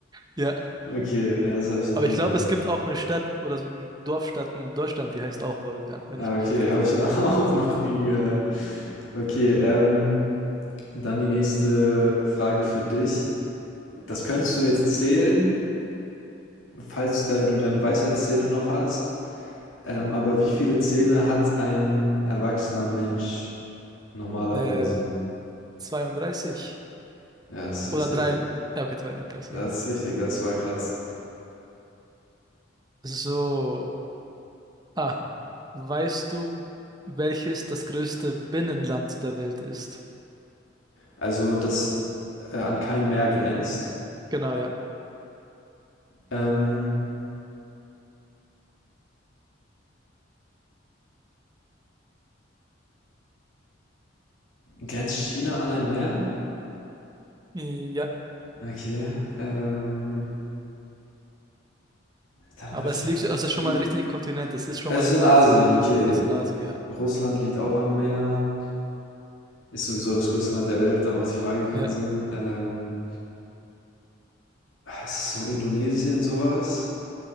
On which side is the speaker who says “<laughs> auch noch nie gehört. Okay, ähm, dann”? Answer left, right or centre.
Left